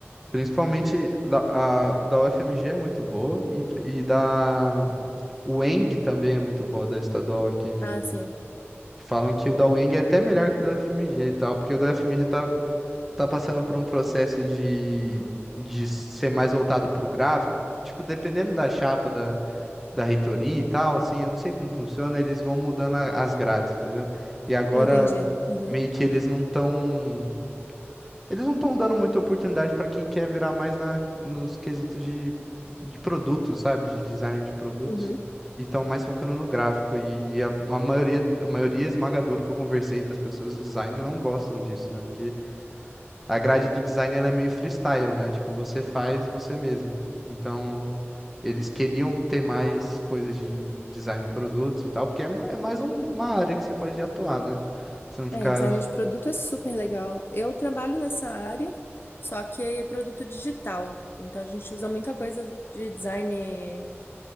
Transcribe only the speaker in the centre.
Principalmente da, a- da UFMG é muito boa e, pri- e da UENG também é muito boa, da estadual aqui de.
Falam que o da UENG é até melhor que o da UFMG e tal, porque o da UFMG tá tá passando por um processo de, de ser mais voltado pro gráfico. Tipo, dependendo da chapa da, da reitoria e tal, assim, eu não sei como funciona, eles vão mudando a- as grades, entendeu? E agora,
meio que eles não estão. Eles não estão dando muita oportunidade para quem quer virar mais na, nos quesitos de, de produto, sabe? De design de produtos.
E estão mais focando no gráfico. E, e a, a maioria, a maioria esmagadora que eu conversei das pessoas de design não gostam disso, né? Porque a grade do design ela é meio freestyle, né? Tipo, você faz você mesmo. Então, eles queriam ter mais coisas de design de produtos e tal, porque é, é mais um- uma área que você pode atuar, né? Você não ficar,